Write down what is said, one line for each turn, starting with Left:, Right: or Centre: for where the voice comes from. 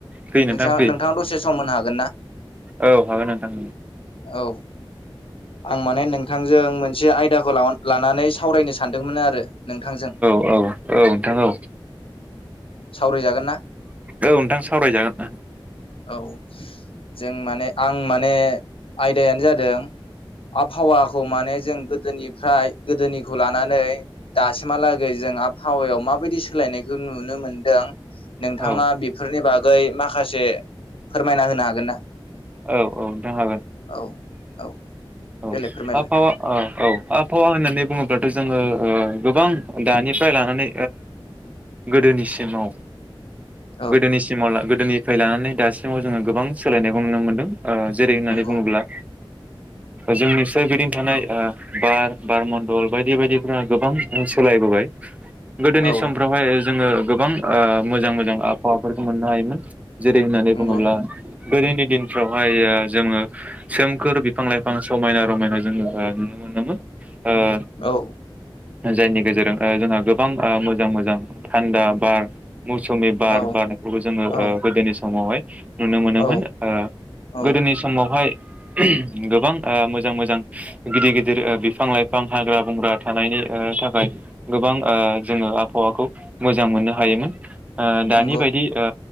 Right: फ्रि नोंथां
Left: नोंसा-नोंथाङा
Right: फ्रि
Left: दसे सम होनो हागोन ना
Right: औ हागोन नोंथां
Left: औ आं माने नोंथांजों मोनसे आयदाखौ ला-लानानै सावरायनो सानदोंमोन आरो नोंथांजों
Right: औ औ नोंथां औ
Left: सावरायजागोन ना
Right: औ नोंथां सावरायजागोन
Left: औ जों माने आं माने आयदायानो जादों आबहावाखौ माने जों गोदोनिफ्राय गोदोनिखौ लानानै दासिमहालागै जों आबहावायाव माबायदि सोलायनायखौ नुनो मोनदों नोंथाङा
Right: औ
Left: बेफोरनि बागै माखा खासे फोरमायना होनो हागोन ना
Right: औ औ नोंथां हागोन
Left: औ औ
Right: औ
Left: देलाय फोरमायलाय
Right: आबहावा ओ औ आबहावा होननानै बुङोब्लाथ जोङो ओ गोबां दानिफ्राय लानानै गोदोनिसिमाव
Left: औ
Right: गोदोनिसिमाव ला गो दोनिफ्राय लानानै दासिमाव ओ जेरै होननानै
Left: नंगौ
Right: बुङोब्ला जोंनि सोरगिदिं थानाय ओ बार बारमण्डल बायदि बायदिफोरा गोबां सोलायबोबाय। गोदोनि
Left: औ
Right: समफ्रावहाय जोङो गोबां ओ मोजां मोजां आबहावाफोरखौ मोननो हायोमोन। जेरै होननानै
Left: नंगौ
Right: बुङोब्ला गोदोनि दिनफ्रावहाय ओ जोङो सोमखोर बिफां लाइ फां समायना रमायना जोङो ओ नुनो मोनोमोन। ओ
Left: औ।
Right: जायनि गेजेरजों ओ जोंहा गोबां मोजां मोजां थान्दा बार मौसुमि बार
Left: औ
Right: बारनायखौबो जोङो
Left: औ
Right: ओ गोदोनि समावहाय नुनो मोनोमोन
Left: औ
Right: ओ
Left: औ
Right: गोदोनि समावहाय गोबां ओ मोजां मोजां गिदिर गिदिर ओ बिफां लाइफां हाग्रा बंग्रा थानायनि ओ थाखाय गोबां ओ जोङो आबहावाखौ मोजां मोननो हायोमोन। ओ दानि
Left: नंगौ
Right: बायदि ओ